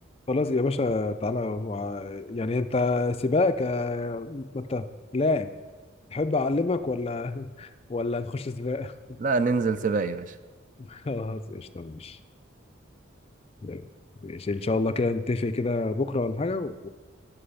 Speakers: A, on the left (about 30°); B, on the right (about 40°).
A: خلاص يا باشا تعالى وع- يعني انت سباق ك ما انت لاعب تحب اعلمك ولا <laughs> ولا نخش سباق
B: لا ننزل سباق يا باشا
A: <laughs> خلاص قشطة ماشي تمام. ماشي ان شاء الله كده نتفق كده بكرة ولا حاجة و...